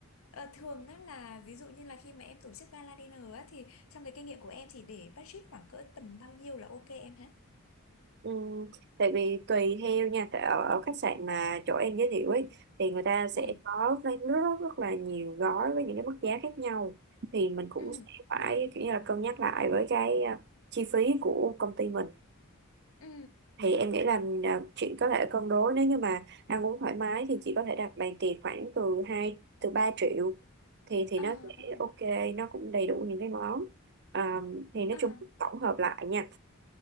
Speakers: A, on the left; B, on the right.
A: ờ, thường á là ví dụ như là khi mà em tổ chức gala dinner á thì trong cái kinh nghiệm của em thì để budget khoảng cỡ tầm bao nhiêu là ok em hả
B: Ừm, tại vì tùy theo nha tại ở, ở khách sạn mà chỗ em giới thiệu ấy thì người ta sẽ
A: ừ
B: có rất, rất rất là nhiều gói với những cái mức giá khác nhau thì mình cũng
A: ừ
B: sẽ phải kiểu như là cân nhắc lại với cái à, chi phí của công ty mình
A: ừ
B: thì em nghĩ là à, chị có thể cân đối nếu như mà ăn uống thoải mái thì chị có thể đặt bàn tiệc khoảng từ 2 từ 3 triệu thì thì
A: à
B: nó sẽ
A: à
B: ok nó cũng đầy đủ những cái món à, thì nói
A: à à.
B: chung tổng hợp lại nha